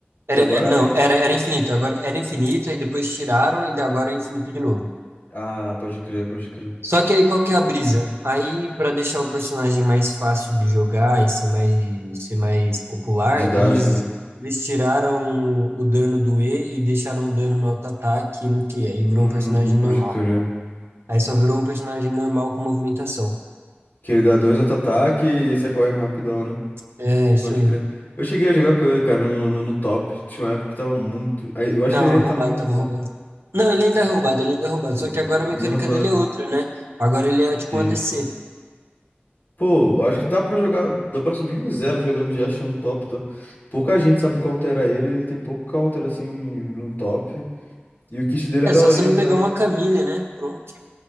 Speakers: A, on the right; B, on the left.
A: Era,
B: Que agora
A: é, não,
B: é infinito.
A: era, era infinito, agora era infinito, aí depois tiraram e agora é infinito de novo.
B: Ah, pode crer, pode crer.
A: Só que aí qual que é a brisa? Aí, pra deixar o personagem mais fácil de jogar e ser mais, ser mais popular,
B: Didático,
A: eles,
B: né?
A: eles tiraram o dano do E e deixaram o dano no auto-ataque e no Q, aí
B: Hum,
A: virou um personagem
B: pode
A: normal.
B: crer.
A: Aí só virou um personagem normal com movimentação.
B: Que ele dá dois auto-ataque e sai correndo rapidão, né?
A: É, é isso
B: Pode
A: aí.
B: crer. Eu cheguei a jogar com ele, cara, no, no, no top. Tinha uma época que tava muito. aí, Eu acho
A: Tava
B: que ele ainda
A: roubado,
B: tá muito
A: tava
B: roubado.
A: roubando. Não, ele ainda é roubado, ele ainda é roubado.
B: <laughs>
A: Só que agora a mecânica
B: Ainda é roubado.
A: dele é outra, né? Agora ele é tipo
B: Sim.
A: um ADC.
B: Pô, eu acho que dá pra jogar. Dá pra subir um zelo jogando de Ashe no top, tá? Pouca gente sabe counterar ele, ele tem pouco counter assim no top. E o kit dele
A: É,
B: é daorinha,
A: só você não
B: tá?
A: pegar uma Camille, né? Pronto.